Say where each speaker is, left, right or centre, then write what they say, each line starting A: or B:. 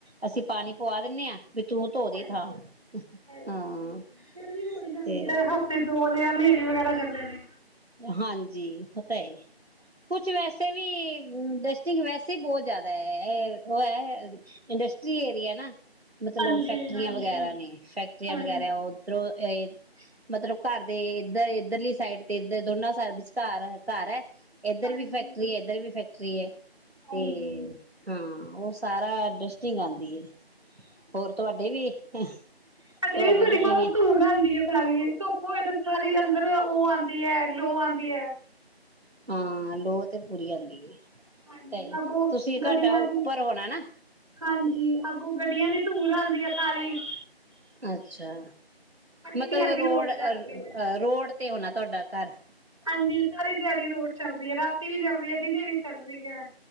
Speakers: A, on the right (about 75°); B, on the right (about 30°).
A: ਅਸੀਂ ਪਾਣੀ ਪਵਾ ਦੇਨੇ ਹਾਂ ਵੀ ਤੂੰ ਧੋ ਦੇ
B: ਹਾਂਜੀ
A: ਥਾਂ
B: ਹਾਂਜੀ
A: ਹਾਂ
B: ਫਿਰ ਵੀ ਹੋ ਹੀ ਜਾਂਦੀ
A: ਤੇ
B: ਹੈ ਹਫਤੇ ਦੋ ਦੇ ਹਨੇਰੀ ਵਗੈਰਾ ਚੱਲੇ ਨੇ
A: ਹਾਂਜੀ ਉਹ ਤਾਂ ਹੈ ਹੀ ਕੁਛ ਵੈਸੇ ਵੀ ਡਸਟਿੰਗ ਵੈਸੇ ਬਹੁਤ ਜ਼ਿਆਦਾ ਹੈ ਉਹ ਹੈ ਇੰਡਸਟਰੀ ਏਰੀਆ ਨਾ ਮਤਲਬ
B: ਹਾਂਜੀ
A: ਫੈਕਟਰੀਆਂ
B: ਹਾਂਜੀ
A: ਵਗੈਰਾ ਨੇ ਫੈਕਟਰੀਆਂ
B: ਹਾਂ
A: ਵਗੈਰਾ ਉੱਧਰੋਂ ਅ ਮਤਲਬ ਘਰ ਦੇ ਇੱਧਰ ਇੱਧਰਲੀ ਸਾਈਡ ਤੇ ਇੱਧਰ ਦੋਨਾਂ ਵਿਚਕਾਰ ਘਰ ਹੈ
B: ਹਾਂਜੀ
A: ਏਧਹ ਵੀ ਫੈਕਟਰੀ ਏਧਰ ਵੀ ਫੈਕਟਰੀ ਸਹੀ ਏ
B: ਹਾਂਜੀ
A: ਤੇ ਹਾਂ ਉਹ ਸਾਰਾ ਡਸਟਿੰਗ ਆਂਦੀ ਏ ਹੋਰ ਤੁਹਾਡੇ ਵੀ ਤੁਹਾਡੇ
B: ਸਾਡੇ ਸਾਡੀ
A: ਵੀ
B: ਬਾਹਰੋਂ
A: ਕਿਵੇਂ
B: ਧੂਲ ਆਉਂਦੀ ਹੈ ਸਾਰੀ ਧੁੱਪ ਹੋਏ ਤੇ ਸਾਰੀ ਅੰਦਰ ਉਹ ਆਉਂਦੀ ਹੈ ਲੋ ਆਉਂਦੀ ਹੈ
A: ਹਾਂ ਲੋਅ ਤੇ ਪੂਰੀ ਆਉਂਦੀ ਹੈ
B: ਹਾਂਜੀ
A: ਸਹੀ
B: ਅੱਗੋਂ
A: ਤੁਸੀਂ ਤੁਹਾਡਾ
B: ਗੱਡੀਆਂ
A: ਉੱਪਰ
B: ਦੀ
A: ਹੋਣਾ ਨਾ
B: ਹਾਂਜੀ ਅੱਗੋਂ ਗੱਡੀਆਂ ਦੀ ਧੂੜ ਆਂਦੀ ਸਾਰੇ ਈ
A: ਅੱਛਾ ਮਤਲਬ
B: ਦਿਹਾੜੀ
A: ਰੋਡ ਅ
B: ਜਾਂਦੀ ਹੈ
A: ਰੋਡ ਤੇ ਹੋਣਾ ਤੁਹਾਡਾ ਘਰ
B: ਹਾਂਜੀ ਸਾਰੀ ਦਿਹਾੜੀ ਰੋਡ ਚੱਲਦੀ ਹੈ ਰਾਤੀ ਵੀ ਚੱਲਦੀ ਹੈ ਦਿਨੇ ਵੀ ਚੱਲਦੀ ਹੈ